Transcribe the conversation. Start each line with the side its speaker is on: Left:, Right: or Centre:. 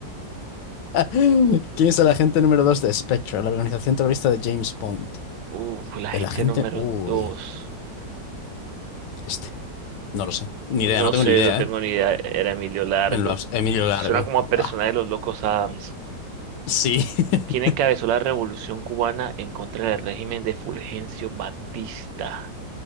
Left: ¿Quién es el agente número 2 de Spectre, la organización terrorista de James Bond?
Right: Uf, la
Left: El
Right: gente
Left: agente...
Right: número
Left: Uy,
Right: dos.
Left: este. No lo sé. Ni
Right: No
Left: idea, no tengo
Right: sé,
Left: ni idea,
Right: no tengo
Left: ¿eh?
Right: ni idea. Era Emilio Largo.
Left: En lo abs- Emilio Largo.
Right: Suena como
Left: Buah.
Right: a persona de los Locos Adams.
Left: Sí. <laughs>
Right: ¿Quién encabezó la revolución cubana en contra del régimen de Fulgencio Batista?